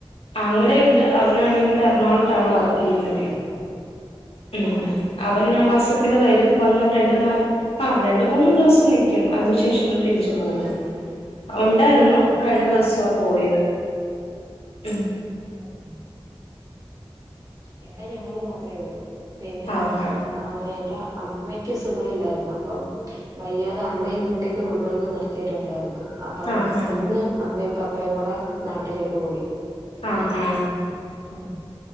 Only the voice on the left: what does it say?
അങ്ങനെ ഉണ്ട് അവനാണെങ്കിൽ എറണാകുളത്താണ് വർക്ക് ചെയ്യുന്നതേ ഉം
അവൻ ഈ ദിവസത്തില് വരും വന്ന് രണ്ടു നാൾ ആ രണ്ട് മൂന്ന് ദിവസം നിൽക്കും അതിന് ശേഷം തിരിച്ചു പോകും. ഉണ്ടായിരുന്നു
കഴിഞ്ഞ
ദിവസം പോയത് ഉം
ആഹാ
ആഹാ
ആഹാ